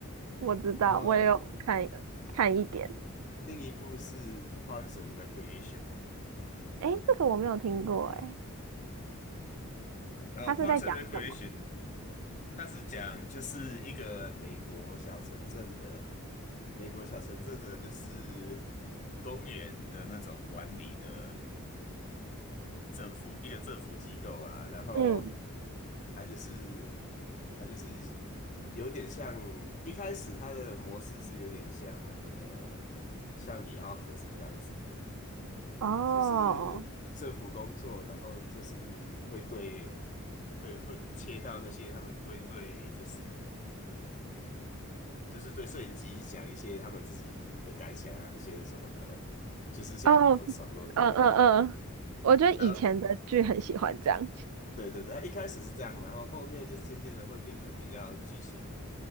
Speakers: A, on the right; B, on the left.
A: 我知道，
B: 然后
A: 我也有看看一点，
B: 另一部是《Parks and Recreation》。
A: 诶，这个我没有听过，诶，
B: 呃，
A: 他是在讲什么？
B: 《Parks and Recreation》它是讲就是一个美国小城镇的，美国小城镇的就是公园的那种管理的。政府一个政府机构啊，然后
A: 嗯，
B: 他就是他就是有点像一开始他的模式是有点像那个像你 Office 这样子，
A: 哦
B: 就是政府工作，然后就是会对会会切到那些他们会对就是就是对摄影机讲一些他们自己的感想啊这些什么的，就是像
A: 哦，
B: Office 差不多那种感觉。
A: 嗯嗯嗯，我觉得以前的剧很喜欢这样。
B: 然后对对对，他一开始是这样，然后后面就是渐渐的会变成比较剧情